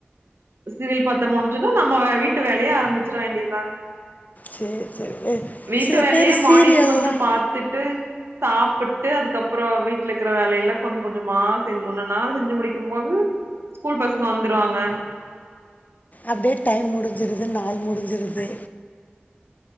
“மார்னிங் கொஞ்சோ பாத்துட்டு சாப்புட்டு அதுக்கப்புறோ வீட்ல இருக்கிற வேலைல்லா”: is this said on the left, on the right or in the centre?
Right